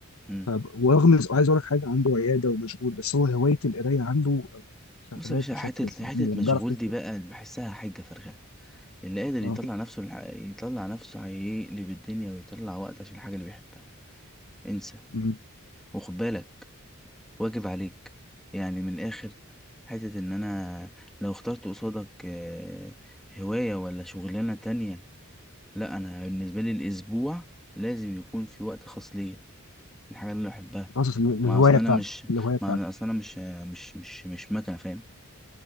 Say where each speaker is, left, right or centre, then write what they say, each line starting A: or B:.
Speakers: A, in the centre; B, on the left (about 80°).
A: مم.
B: طب ورغم عايز اقول لك حاجه عنده عياده ومشغول بس هو هوايه القرايه عنده آه، شغلاه
A: بص يا باشا
B: بشكل
A: حتة
B: كبير
A: حتة
B: يعني
A: مشغول
B: بيعرف يكتب
A: دي بقى بحسها حجة فارغة اللي قادر
B: اه
A: يطلع نفسه للح... يطلع نفسه هيقلب الدنيا ويطلع وقت عشان الحاجة اللي بيحبها انسى
B: مم.
A: وخد بالك واجب عليك يعني من الآخر حتة إن أنا لو اخترت قصادك آه، هواية ولا شغلانة تانية لا أنا بالنسبة لي الأسبوع لازم يكون في وقت خاص ليا الحاجة اللي بحبها
B: خاصة
A: ما
B: الهوايه
A: أصل
B: بتاعته
A: أنا مش
B: الهوايه بتاعته
A: ما أنا أصل أنا مش مش مش مش مكنة فاهم